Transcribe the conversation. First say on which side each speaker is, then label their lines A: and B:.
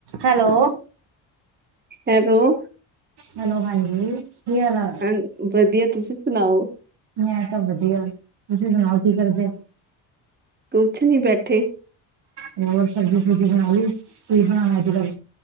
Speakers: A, on the right; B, on the right.
A: Hello.
B: Hello,
A: hello ਹਾਂਜੀ ਕੀ ਹਾਲ ਆ?
B: ਹਾਂ ਵਧੀਆ ਤੁਸੀਂ ਸੁਨਾਓ?
A: ਮੈਂ ਤਾਂ ਵਧੀਆ ਤੁਸੀਂ ਸੁਣਾਓ ਕੀ ਕਰਦੇ?
B: ਕੁਛ ਨੀ ਬੈਠੇ।
A: ਹੋਰ ਸਬਜੀ-ਸੁਬਜੀ ਬਣਾ ਲੀ ਕੀ ਬਣਾਇਆ ਅੱਜ ਕਰ